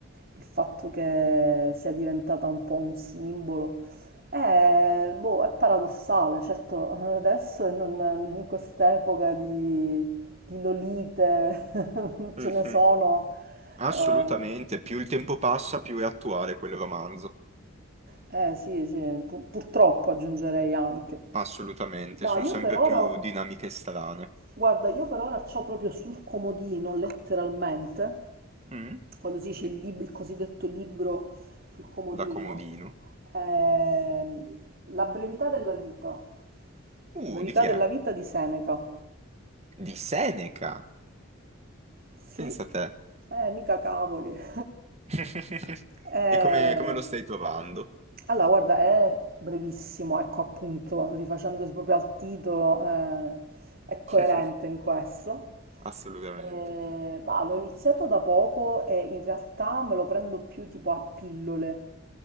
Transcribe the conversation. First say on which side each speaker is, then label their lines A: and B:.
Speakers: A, on the right (about 45°); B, on the right (about 30°).
A: il fatto che sia diventata un po' un simbolo, Eh, boh, è paradossale, certo <laughs> adesso e non- in quest'epoca di, di lolite <laughs> ce
B: Mhm.
A: ne sono,
B: Assolutamente.
A: eh,
B: Più il tempo passa, più è attuale quel romanzo.
A: eh sì, sì, pu- purtroppo aggiungerei anche.
B: Assolutamente,
A: No,
B: sono
A: io
B: sempre
A: per ora...
B: più dinamiche strane,
A: Guarda, io per ora c'ho proprio sul comodino, letteralmente,
B: Mm.
A: quando si dice il, lib- il cosiddetto libro sul comodino,
B: da comodino.
A: ehm, La brevità della vita,
B: Uh,
A: brevità
B: di chi
A: della
B: è?
A: vita di Seneca.
B: Di Seneca!
A: Sì,
B: Pensa a te.
A: eh, mica cavoli. <laughs>
B: <laughs>
A: Eh,
B: E come, come lo stai trovando?
A: allora, guarda, è brevissimo, ecco appunto, rifacendosi proprio al titolo, eh, è coerente
B: <laughs>
A: in questo.
B: Assolutamente.
A: Eh, bah, l'ho iniziato da poco e in realtà me lo prendo più tipo a pillole,